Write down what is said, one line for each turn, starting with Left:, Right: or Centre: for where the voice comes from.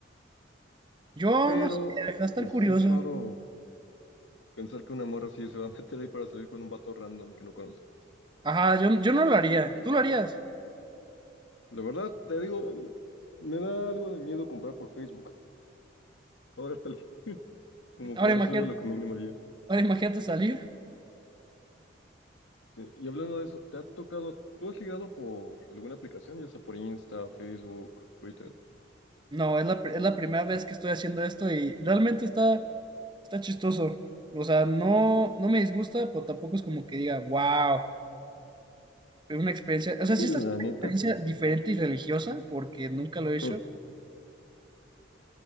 Right: Yo
Left: Pero,
Right: no sé, va a estar
Left: pues
Right: curioso.
Left: es raro pensar que una morra sí se va a <laughs> meter ahí para salir con un vato random que no conoces.
Right: Ajá, yo, yo no lo haría. ¿Tú lo harías?
Left: La verdad, te digo, me da algo de miedo comprar por Facebook. Ahora está el- <laughs> como
Right: Ahora
Left: que no
Right: imagínate,
Left: es algo a lo que me animaría.
Right: ahora imagínate salir.
Left: Sí, y hablando de eso, ¿te ha tocado, tú has ligado por alguna aplicación, ya sea por Insta, Facebook, Twitter?
Right: No, es la, pr- es la primera vez que estoy haciendo esto y realmente está, está chistoso. O sea, no, no me disgusta, pero tampoco es como que diga, wow, es una experiencia. O sea, sí
Left: Y
Right: está
Left: la
Right: siendo
Left: neta,
Right: una experiencia diferente y religiosa porque nunca lo he hecho.
Left: <laughs>